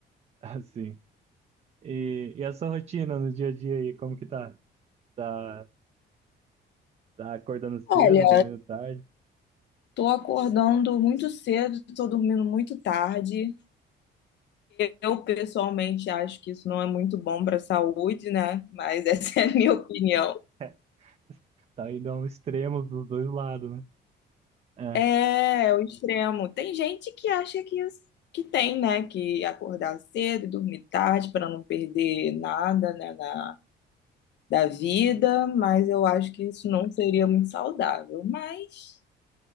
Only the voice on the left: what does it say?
Olha,
tô acordando muito cedo, tô dormindo muito tarde. Eu pessoalmente acho que isso não é muito bom para a saúde, né? Mas essa <laughs> é a minha opinião.
É, é o extremo. Tem gente que acha que, as- que tem, né? Que acordar cedo, e dormir tarde para não perder nada, né? na- da vida, mas eu acho que isso não seria muito saudável. Mas